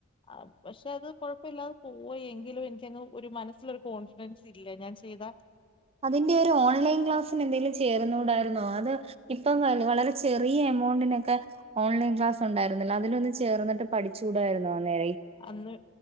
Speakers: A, on the left; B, on the right.
A: ആ പക്ഷെ അത് കൊഴപ്പില്ലാതെ പോയി എങ്കിലും എനിക്കങ്ങ് ഒരു മനസ്സിലൊരു കോൺഫിഡൻസ് ഇല്ല ഞാൻ ചെയ്താ
B: അതിന്റെ ഒരു ഓൺലൈൻ ക്ലാസ് എന്തേലും ചേർന്നൂടായിരുന്നോ അത് ഇപ്പം വ വളരെ ചെറിയ എമൗണ്ടിനൊക്കെ ഓൺലൈൻ ക്ലാസുണ്ടായിരുന്നില്ലാ അതിലൊന്ന് ചേർന്ന്ട്ട് പഠിചൂടായിരുന്നോ നേ
A: അന്ന്